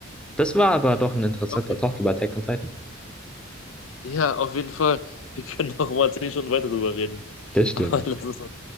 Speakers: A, in the centre; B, on the left.
A: Das war aber doch ein interessanter
B: Auch wieder.
A: Talk über Attack on Titan.
B: Ja, auf jeden Fall. Wir können noch mal zehn Stunden weiter drüber reden.
A: Das stimmt.
B: Aber <laughs> lass uns